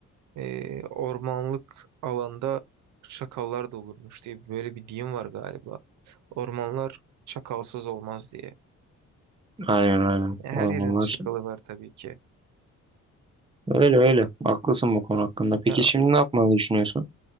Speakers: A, on the right; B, on the right.
A: e, ormanlık alanda çakallar da olurmuş diye böyle bir deyim var galiba. Ormanlar çakalsız olmaz diye.
B: Aynen aynen
A: Ya her
B: ormanlar.
A: yerin çakalı var tabii ki.
B: Öyle öyle. Haklısın bu konu hakkında.
A: Ya
B: Peki şimdi ne yapmayı düşünüyorsun?